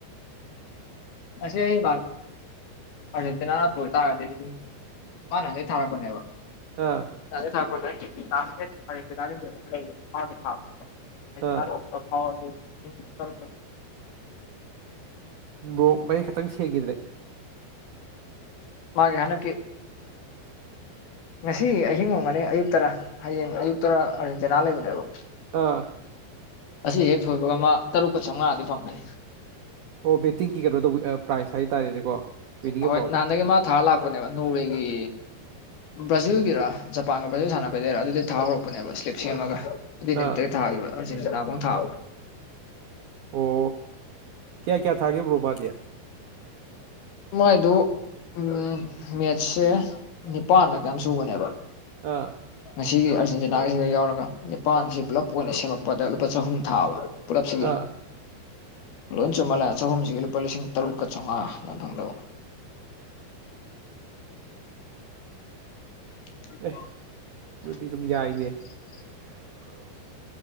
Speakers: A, on the left; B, on the right.
A: ꯑꯁꯤꯁꯦ ꯑꯩ ꯑꯔꯛꯇꯅꯥ ꯄꯣ ꯇꯒꯗ ꯃꯥ ꯅ ꯍꯧꯖꯤꯛ ꯊꯥꯔꯛꯄꯅꯦꯕ
B: ꯑꯥ
A: <unintelligible>
B: ꯑꯥ
A: <unintelligible>
B: ꯕ꯭ꯔꯣ ꯃꯌꯦꯛ ꯈꯤꯇꯪ ꯁꯦꯡꯈꯤꯗ꯭ꯔꯦ
A: ꯃꯥꯒꯤ ꯍꯟꯗꯛꯀꯤ ꯉꯁꯤ ꯑꯍꯤꯡ ꯉꯣꯡꯒꯅꯤ ꯑꯌꯨꯛ ꯇꯔꯥ ꯍꯌꯦꯡ ꯑꯌꯨꯛꯇ ꯑꯔꯖꯦꯟꯇꯤꯅꯥ ꯂꯩꯕꯅꯦꯕ
B: ꯑꯥ
A: ꯑꯁꯤ ꯍꯦꯛ ꯐꯣꯏꯕꯒ ꯑꯃ ꯇꯔꯨꯛꯀ ꯆꯥꯝꯉꯥꯗꯤ ꯐꯪꯒꯅꯤ
B: ꯑꯣ ꯕꯦꯠꯇꯤꯡꯒꯤ ꯀꯩꯅꯣ ꯇꯧꯕ ꯄ꯭ꯔꯥꯏꯖ ꯍꯥꯏꯇꯥꯔꯦꯅꯦꯀꯣ ꯋꯤꯅꯤꯡ
A: ꯍꯣꯏ
B: ꯑꯦꯃꯥꯎꯟ
A: ꯅꯍꯥꯟꯗꯒꯤ ꯃꯥ ꯊꯥꯔ ꯂꯥꯛꯄꯅꯦꯕ ꯅꯣꯋꯦꯒꯤ ꯕ꯭ꯔꯥꯖꯤꯜꯒꯤꯔ ꯖꯄꯥꯟꯒ ꯕ꯭ꯔꯥꯖꯤꯜ ꯁꯥꯟꯅꯕꯩꯗꯩꯔ ꯑꯗꯨꯗꯤ ꯊꯥ ꯍꯧꯔꯛꯄꯅꯦꯕ ꯁ꯭ꯂꯤꯞ ꯁꯦꯝꯃꯒ ꯑꯗꯨꯏ ꯅꯨꯃꯤꯠꯇꯒꯤ
B: ꯑꯥ
A: ꯊꯥꯈꯤꯕꯕ ꯑꯔꯖꯦꯟꯇꯤꯅꯥꯐꯥꯎ ꯊꯥꯕ꯭ꯔꯣ
B: ꯑꯣ ꯀꯌꯥ ꯀꯌꯥ ꯊꯥꯒꯦ ꯕ꯭ꯔꯣ ꯃꯥꯗꯤ
A: ꯃꯥꯏꯗꯨ ꯎꯝ ꯅꯦꯠꯁꯦ ꯅꯤꯄꯥꯟꯂ ꯀꯌꯥꯝ ꯁꯨꯕꯅꯦꯕ
B: ꯑꯥ
A: ꯉꯁꯤꯒꯤ ꯑꯥꯔꯖꯦꯟꯇꯤꯅꯥꯒꯤꯁꯤꯒ ꯌꯥꯎꯔꯒ ꯅꯤꯄꯥꯟꯁꯤ ꯄꯨꯂꯞ ꯑꯣꯏꯅ ꯁꯦꯝꯃꯛꯄꯗ ꯂꯨꯄꯥ ꯆꯍꯨꯝ ꯊꯥꯕ ꯄꯨꯂꯞꯁꯤꯒꯤ
B: ꯑꯥ
A: ꯂꯣꯏ ꯆꯨꯝꯃꯜꯂꯦ ꯆꯒꯨꯝꯁꯤꯒꯤ ꯂꯨꯄꯥ ꯂꯤꯁꯤꯡ ꯇꯔꯨꯛꯀ ꯆꯥꯝꯃꯉꯥ ꯌꯥꯝ ꯐꯪꯗꯕ <unintelligible>
B: ꯑꯦ ꯑꯗꯨꯗꯤ ꯑꯗꯨꯝ ꯌꯥꯏꯅꯦ <unintelligible>